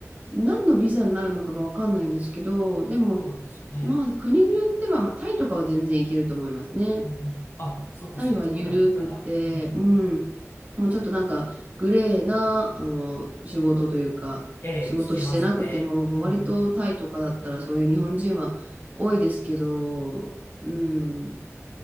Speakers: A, on the right; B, on the left.
A: 何のビザになるのかがわかんないんですけど、でも
B: そうですね。
A: まあ国によってはまあタイとかは全然いけると思いますね。
B: うん、うん。あ、そうか。
A: 愛はゆるくて、
B: そういうところだったら、うん、
A: うん。
B: うん
A: もうちょっとなんか、グレーな、あの、仕事というか、
B: ええ、
A: 仕事してなくても、
B: 聞きますね。うん、
A: 割とタイとかだったらそういう日本人は多いですけど、
B: うん、うん。
A: うん。